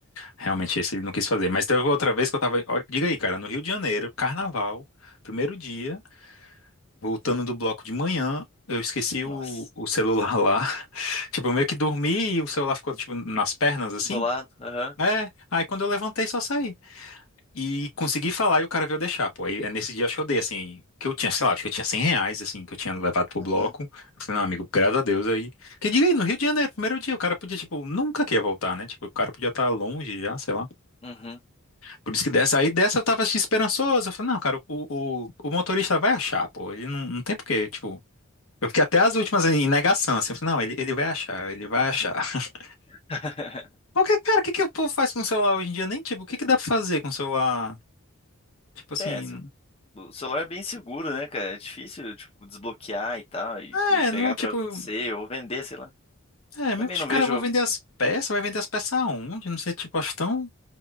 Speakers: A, on the left; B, on the left.
A: realmente esse ele não quis fazer. Mas teve outra vez que eu tava, ó, diga aí, cara, no Rio de Janeiro, carnaval, primeiro dia. Voltando do bloco de manhã, eu esqueci
B: nossa.
A: o, o celular lá. <laughs> Tipo, eu meio que dormi e o celular ficou, tipo, nas pernas, assim.
B: Do lado, aham,
A: É, aí quando eu levantei, só saí. E consegui falar e o cara veio deixar, pô. Aí é nesse dia acho que eu dei, assim, que eu tinha, sei lá, acho que eu tinha 100 reais, assim, que eu tinha levado pro
B: uhum,
A: bloco. Eu falei, não, amigo, graças a Deus aí. Que diga aí, no Rio de Janeiro, primeiro dia, o cara podia, tipo, nunca que ia voltar, né? Tipo, o cara podia estar longe já, sei lá.
B: uhum.
A: Por isso que dessa, aí dessa eu tava assim, esperançoso. Eu falei, não, cara, o, o, o motorista vai achar, pô. Ele não, não tem porque, tipo. Eu fiquei até as últimas em negação, assim, eu falei, não, ele, ele vai achar, ele vai achar. <laughs>
B: <laughs>
A: Porque, cara, o que que o povo faz com o celular hoje em dia? Nem, tipo, o que que dá pra fazer com o celular? Tipo assim,
B: É, se- o celular é bem seguro, né, cara? É difícil, tipo, desbloquear e tal, e,
A: é,
B: e pegar
A: não, tipo,
B: pra você ou vender, sei lá.
A: é, mesmo
B: Também
A: que
B: não
A: os cara
B: vejo.
A: vão vender as peças, vai vender as peças aonde? Não sei, tipo, acho tão...